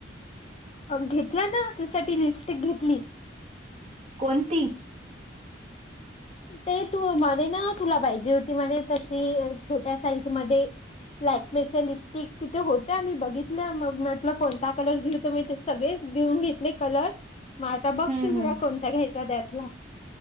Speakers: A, on the left; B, on the right.
A: घेतला ना तुझ्यासाठी लिपस्टिक घेतली.
B: कोणती
A: ते तु म्हणे ना तुला पाहिजे होती म्हणे तशी छोट्या साईज मध्ये. लॅकमेचे लिपस्टिक तिथे होत्या मी बघितल्या मग म्हटलं कोणता कलर घेऊ तो मी ते सगळेच घेऊन घेतले कलर म आता बघशील
B: हम्म हम्म
A: तुला कोणता घ्यायचा त्यातला?